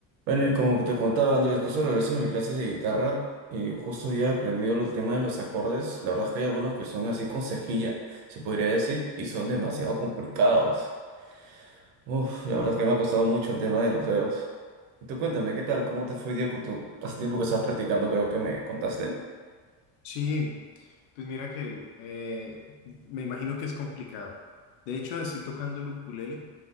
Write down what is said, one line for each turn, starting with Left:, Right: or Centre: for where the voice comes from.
Right: Bueno, y como te contaba Andrés, justo regreso de mi clase de guitarra y justo hoy he aprendido el tema de los acordes. La verdad es que hay algunos que son así con cejilla, se podría decir, y son demasiado complicados. Uf, la verdad es que me ha costado mucho el tema de los dedos. Y tú cuéntame, ¿qué tal? ¿Cómo te fue hoy día con tu pasatiempo que estabas practicando? Creo que me contaste.
Left: Sí, pues mira que eh, me imagino que es complicado. De hecho, estoy tocando el ukulele